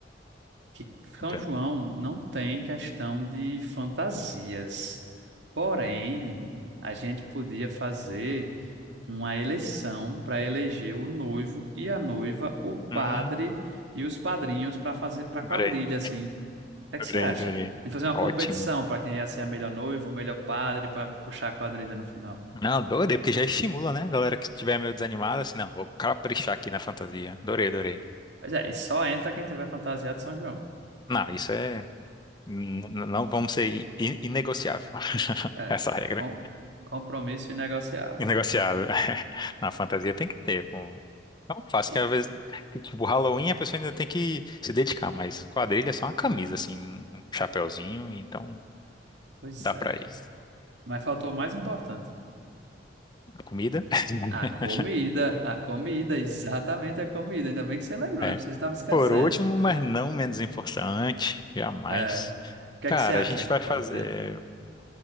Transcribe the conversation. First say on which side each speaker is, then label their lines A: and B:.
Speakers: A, on the right (about 75°); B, on the left (about 25°).
A: que São
B: Entendo.
A: João não tem questão de fantasias. Porém, a gente podia fazer uma eleição para eleger o noivo e a noiva, o
B: Hum,
A: padre e os padrinhos para fazer para
B: adorei,
A: quadrilha assim. O que é que
B: adorei,
A: você acha?
B: adorei.
A: A gente fazer uma
B: Ótimo.
A: competição para quem ia ser a melhor noiva, o melhor padre para puxar a quadrilha no final.
B: Não, adorei, porque já estimula, né? A galera que estiver meio desanimada, assim, não, vou caprichar aqui na fantasia. Adorei, adorei.
A: Pois é, e só entra quem tiver fantasiado de São João.
B: Não, isso é. n- n- Não vamos ser i- inegociável, <laughs>
A: É,
B: essa regra.
A: com compromisso inegociável.
B: Inegociável. <laughs> Na fantasia tem que ter, pô. Não fácil
A: E-
B: que às vezes, que, tipo, Halloween a pessoa ainda tem que se dedicar, mas quadrilha é só uma camisa, assim, um chapéuzinho, então
A: pois
B: dá
A: é.
B: pra ir.
A: Mas faltou o mais importante.
B: Comida? <laughs>
A: A comida, a comida, exatamente a comida. Ainda bem que você lembrou,
B: É.
A: né? Porque você estava esquecendo.
B: Por último, mas não menos importante, jamais.
A: É, o que
B: Cara,
A: é que você acha
B: a gente
A: que
B: vai
A: pode
B: fazer.
A: ter?